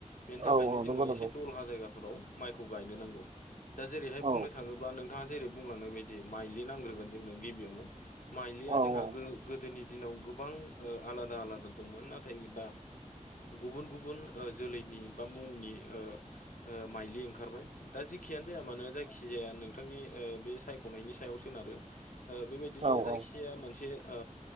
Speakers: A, on the left; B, on the right.
A: बेनि थाखायनो
B: औ औ
A: जोङो
B: नंगौ नंगौ
A: एसे दलहा जायगाफोराव माइखौ गायनो नांगौ। दा जेरैहाय
B: औ
A: बुंनो थाङोब्ला नोंथाङा जेरै बुंलांनाय बायदि माइलि नांग्रोगोन जोंनो गिबियावनो माइलिया
B: औ
A: जोंहा
B: औ
A: गो-गोदोनि दिनाव गोबां ओ आलादा आलादा दंमोन नाथाय दा गुबुन गुबुन ओ जोलैनि बा मुंनि ओ ओ माइलि खारबाय दा जिखियानो जाया मानो जाय खिजाया नोंथांनि ओ बे सायख'नायनि सायाव सोनारो ओ बेबायदिनो
B: औ औ
A: जायखिजाया
B: औ
A: मोनसे ओ